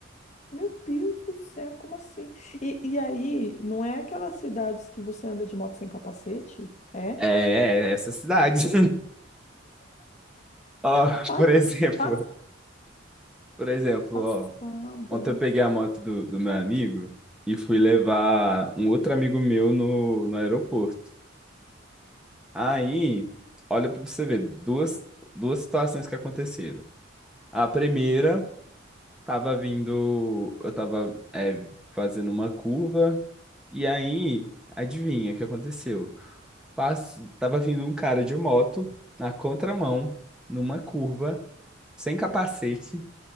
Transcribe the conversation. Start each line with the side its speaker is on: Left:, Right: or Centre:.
Left: Meu Deus do céu, como assim? E, e aí, não é aquelas cidades que você anda de moto sem capacete? É?
Centre: É, é essa cidade. <laughs> Ó,
Left: Pas-
Centre: por exemplo,
Left: pas-
Centre: por exemplo,
Left: Passada.
Centre: ó, ontem eu peguei a moto do, do meu amigo e fui levar um outro amigo meu no, no aeroporto. Aí, olha pra você ver, duas, duas situações que aconteceram. A primeira tava vindo, eu tava é, fazendo uma curva e aí, adivinha o que aconteceu? Pass... Tava vindo um cara de moto na contramão, numa curva, sem capacete